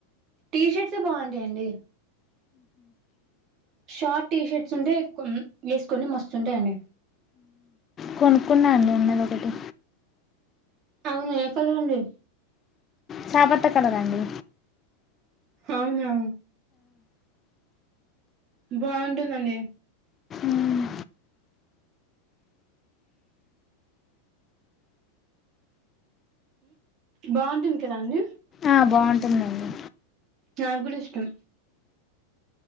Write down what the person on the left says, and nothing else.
కొనుక్కున్నాండి ఉన్నది ఒకటి
చాపత్త కలరాండి
మ్,
ఆ బొంటుందండి